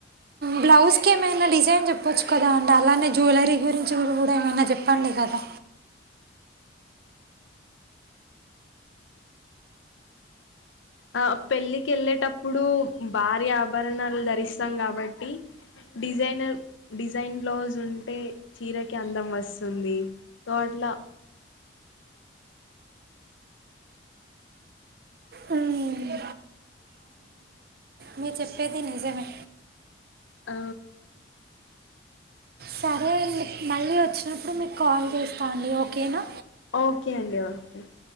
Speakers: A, on the right (about 50°); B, on the left (about 85°).
A: బ్లౌజ్ కి ఏమైన డిజైన్ చెప్పొచ్చు కదా అండి అలానే జ్యులరీ గురించి గుడ మంచిగా ఏమైనా చెప్పండి కదా
B: ఆ పెళ్ళికి ఎళ్ళేటప్పుడు భారీ ఆభరణాలు ధరిస్తాం కాబట్టి డిజైనర్ డిజైన్ బ్లౌజ్ ఉంటే చీరకి అందం వస్తుంది సో అట్ల
A: మ్మ్. మీర్ చెప్పేది నిజమే
B: ఆ
A: సరే అండి మళ్ళీ వచ్చినప్పుడు మీకు కాల్ చేస్తా అండి ఓకేనా
B: ఒకే అండి ఒకే